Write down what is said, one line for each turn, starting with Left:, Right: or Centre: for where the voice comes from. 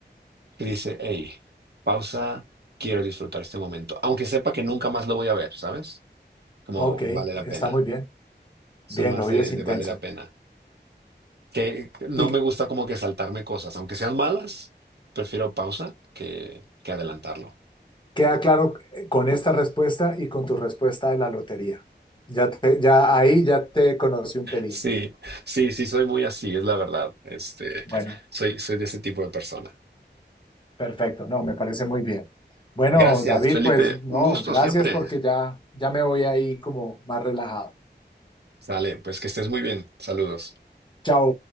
Right: que dice, hey, pausa, quiero disfrutar este momento, aunque sepa que nunca más lo voy a ver, ¿sabes? Como
Left: Ok,
Right: vale la
Left: está
Right: pena.
Left: muy bien.
Right: Soy
Left: Bien,
Right: más
Left: obvio
Right: de,
Left: es intenso.
Right: de vale la pena. Que que no
Left: Y
Right: me gusta como que saltarme cosas, aunque sean malas, prefiero pausa que, que adelantarlo. <laughs>
Left: queda claro eh, con esta respuesta y con tu respuesta de la lotería. Ya te- ya ahí ya te conocí un pelín.
Right: Sí, sí, sí, soy muy así, es la verdad. Este,
Left: Bueno.
Right: soy, soy de ese tipo de persona.
Left: Perfecto, no, me parece muy bien. Bueno,
Right: Gracias,
Left: David,
Right: Felipe.
Left: pues no,
Right: Un gusto
Left: gracias
Right: siempre.
Left: porque ya, ya me voy ahí como más relajado.
Right: Sale, pues que estés muy bien. Saludos.
Left: Chao.